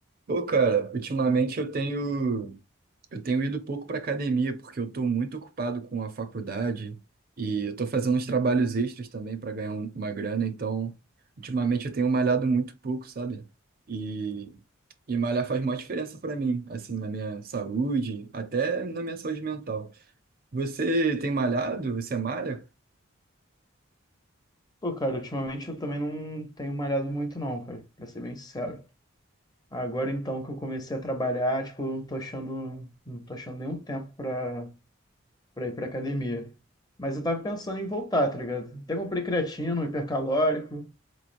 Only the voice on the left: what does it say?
Pô, cara, ultimamente eu também não tenho malhado muito não, cara, pra ser bem sincero. Agora então que eu comecei a trabalhar, tipo, eu não tô achando, não tô achando nenhum tempo pra, pra ir pra academia. Mas eu tava pensando em voltar, tá ligado? Até comprei creatina, um hipercalórico,